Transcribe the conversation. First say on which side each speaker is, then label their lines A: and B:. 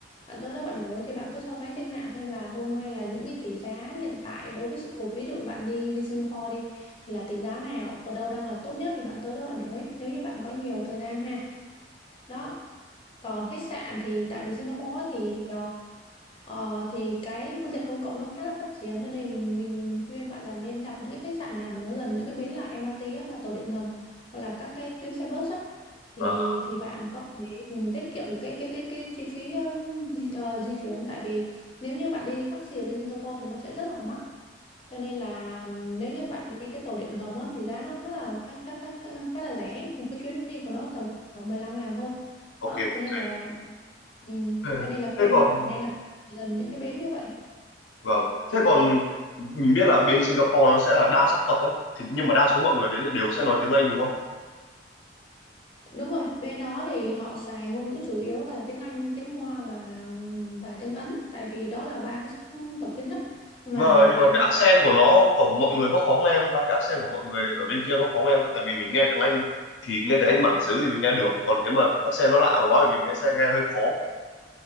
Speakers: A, on the left; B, on the left.
A: bạn tới đó bạn đổi thì bạn cứ so sánh trên mạng xem là hôm nay là những cái tỷ giá hiện tại đối với sự cục ví dụ bạn đi đi Singapore đi thì là tỷ giá nào ở đâu đang là tốt nhất thì bạn tới đó bạn đổi nếu như bạn có nhiều thời gian ha đó còn khách sạn thì tại vì Singapore á thì ờ, Ờ, thì cái phương tiện công cộng nó khá là phát triển cho nên mình mình mình khuyên bạn là nên đặt những cái khách sạn nào mà nó gần những cái bến là MRT á, là tàu điện ngầm hoặc là các cái tuyến xe bus á thì
B: À,
A: thì bạn có thể ừ, tiết kiệm được cái cái cái cái chi phí ờ, di, ờ, di chuyển tại vì nếu như bạn đi taxi ở bên Singapore thì nó sẽ rất là mắc cho nên là ừm, nếu như bạn đi cái tàu điện ngầm á, thì giá nó khá là khá, khá, khá, khá, khá là rẻ một cái chuyến đi của nó tầm khoảng 15 ngàn thôi
B: ok,
A: đó
B: ok.
A: cho nên là ừm,
B: Ừ.
A: cho nên là
B: Thế
A: khuyên
B: còn
A: bạn nên đặt gần những cái bến như vậy
B: vâng, thế còn mình biết là bên Singapore nó sẽ là đa sắc tộc ấy, thì nhưng mà đa số mọi người đấy đều sẽ nói tiếng Anh đúng không?
A: đúng rồi bên đó thì họ xài ngôn ngữ chủ yếu là tiếng Anh tiếng Hoa và và tiếng Ấn tại vì đó là ba cái sắc tộc chính á Nhưng mà
B: mà
A: bạn
B: nhưng mà cái accent của nó của mọi người có khó nghe không ta cái accent của mọi người ở bên kia có khó nghe không ta tại vì mình nghe tiếng Anh thì nghe tiếng Anh bản xứ thì mình nghe được còn nếu mà accent nó lạ quá thì mình nghe sẽ nghe hơi khó